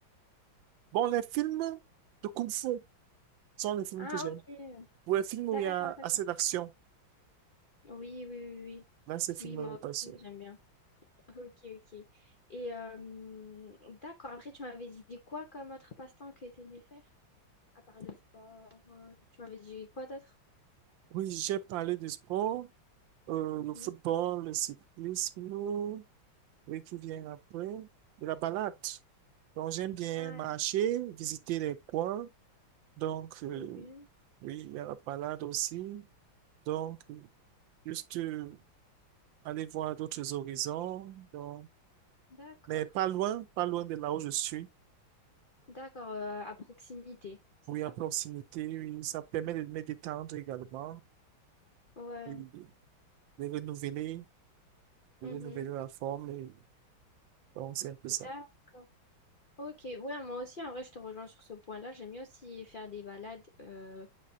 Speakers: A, on the right (about 75°); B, on the left (about 75°).
A: Bon, les films de Kung Fu sont les films
B: Ah,
A: que j'aime.
B: ok.
A: Ou les films
B: D'accord,
A: où il y a
B: d'accord.
A: assez d'action.
B: Oui, oui, oui, oui.
A: Là, ces films-là,
B: Oui, moi aussi,
A: pas sûr.
B: j'aime bien. <laughs> Ok, ok. Et euh, d'accord, après, tu m'avais dit quoi comme autre passe-temps que t'aimais faire? À part le sport, euh, tu m'avais dit quoi d'autre?
A: Oui, j'ai parlé du sport, euh,
B: Mhm.
A: le football, le cyclisme. oui, qui vient après, de la balade. Donc, j'aime bien
B: Ah,
A: marcher, visiter les coins. Donc, euh,
B: Ok.
A: oui, il y a la balade aussi. Donc, euh, juste euh, aller voir d'autres horizons. Donc,
B: D'accord.
A: mais pas loin, pas loin de là où je suis.
B: D'accord, euh, à proximité, c'est
A: Oui,
B: ça?
A: à proximité, oui, ça permet de me détendre également,
B: Ouais.
A: oui, de de renouveler, de
B: Mhm.
A: renouveler la forme. Et Donc, c'est un peu ça.
B: D'accord. Ok, ouais, moi aussi, en vrai, je te rejoins sur ce point-là. J'aime bien aussi faire des balades, euh,